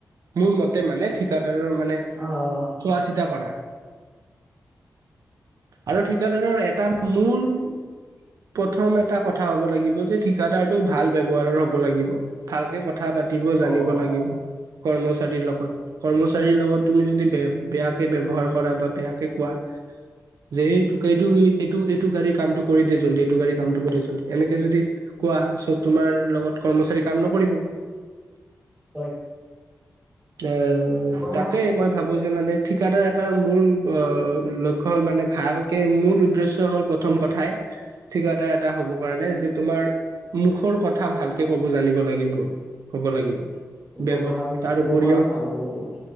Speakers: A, on the right (about 75°); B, on the right (about 15°).
A: মোৰ মতে মানে, ঠিকাদাৰৰ মানে
B: অ'।
A: চোৱা চিতা কৰা। আৰু ঠিকাদাৰৰ এটা মূল। প্ৰথম এটা কথা হ'ব লাগিব যে, ঠিকাদাৰ টো ভাল ব্যৱহাৰৰ হ'ব লাগিব। ভালকে কথা পাতিব জানিব
B: অ', অ',
A: লাগিব। কৰ্মচাৰীৰ লগত। কৰ্মচাৰীৰ লগত তুমি যদি বে, বেয়াকে ব্যৱহাৰ কৰা, বা বেয়াকে কোৱা। যে এইটোক, এইটো, এইটো, এইটো গাড়ীৰ কামটো কৰি দে জল্দি। এইটো গাড়ী কামটো কৰি জল্দি। এনেকে যদি কোৱা, চ' তোমাৰ লগত কৰ্মচাৰী কাম নকৰিব।
B: হয়।
A: এ
B: কৰ্মচা
A: তাকে, মই ভাবোঁ যে মানে ঠিকাদাৰ এটাৰ মূল অ', লক্ষ্য হ'ল মানে, ভাল কে, মূল উদ্দেশ্য হ'ল প্ৰথম কথাই। ঠিকাদাৰ এটা হ'ব কাৰণে যে, তোমাৰ মুখৰ কথা ভালকে ক'ব জানিব লাগিব। ক'ব লাগিব। ব্যৱ
B: ব্যৱহাৰ।
A: তাৰ
B: ব্যৱহাৰ
A: উপৰিও,
B: ভাল হ'ব লাগে।